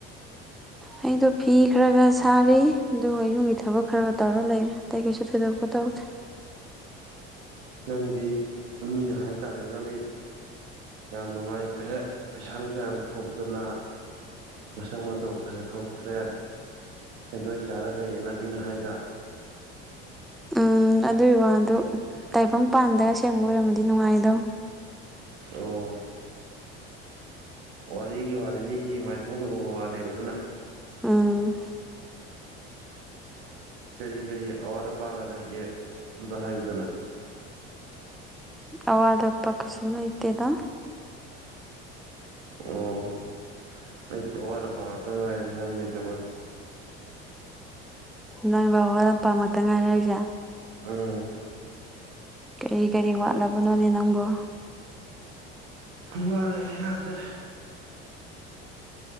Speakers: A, in the centre; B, on the right.
A: ꯑꯩꯗꯣ ꯐꯤ ꯈꯔ ꯈ ꯁꯥꯔꯤ ꯑꯗꯨꯒ ꯌꯨꯝꯒꯤ ꯊꯕꯛ ꯈꯔꯒ ꯇꯧꯔ ꯂꯩꯔꯦ ꯑꯇꯩ ꯀꯩꯁꯨ ꯊꯣꯏꯗꯣꯛꯄꯠꯇꯧꯗꯦ
B: <inaudible> ꯅꯪꯗꯤ ꯑꯃꯅ ꯍꯥꯏꯀꯥꯟꯗꯗꯤ ꯅꯪꯗꯤ ꯌꯥꯝ ꯅꯨꯡꯉꯥꯏꯈ꯭ꯔꯦ ꯄꯩꯁꯥ ꯅꯨꯡꯁꯥ ꯌꯥꯝ ꯊꯣꯛꯇꯅ ꯃꯁꯛ ꯃꯇꯧ ꯐꯖ ꯊꯣꯛꯈ꯭ꯔꯦ ꯁꯦꯟꯊꯣꯏ ꯁꯥꯔ ꯂꯩꯌꯦꯅ ꯃꯤꯅ ꯍꯥꯏꯗ
A: ꯎꯝ ꯑꯗꯨꯒꯤ ꯋꯥꯗꯨ ꯇꯥꯏꯕꯪꯄꯥꯟꯗꯒ ꯁꯦꯝꯕ ꯑꯣꯏꯔꯝꯃꯗꯤ ꯅꯨꯡꯉꯥꯏꯗꯧ
B: ꯑꯣ ꯋꯥꯔꯤꯒꯤ ꯋꯥꯅꯤ ꯃꯤꯒꯤ ꯃꯥꯏꯊꯣꯡꯗ ꯎꯕ ꯋꯥꯅꯦꯕ ꯑꯗꯨꯅ
A: ꯎꯝ
B: <inaudible> ꯀꯔꯤ ꯀꯦꯔꯤ ꯑꯋꯥꯔ ꯄꯥꯒꯂ ꯌꯦꯗ ꯍꯥꯏ ꯌꯨꯗꯅ
A: ꯑꯋꯥꯗ ꯄ ꯀꯁꯨꯃ ꯂꯩꯇꯦꯗ
B: ꯑꯣ ꯂꯩꯇꯕꯔ ꯄ ꯉꯥꯛꯇ ꯉꯥꯏꯔꯦ ꯍꯦꯗꯪ ꯂꯩꯇꯕ
A: ꯅꯪ ꯋꯥ ꯂꯝꯄꯥꯛꯃꯛꯇ ꯉꯥꯏꯔꯦ ꯑꯩꯁꯦ
B: ꯎꯝ
A: ꯀꯔꯤ ꯀꯔꯤ ꯋꯥꯠꯂꯕꯅꯣꯅꯦ ꯅꯪꯕꯨ
B: ꯃꯥꯂꯦ ꯌꯥꯗ꯭ꯔꯦ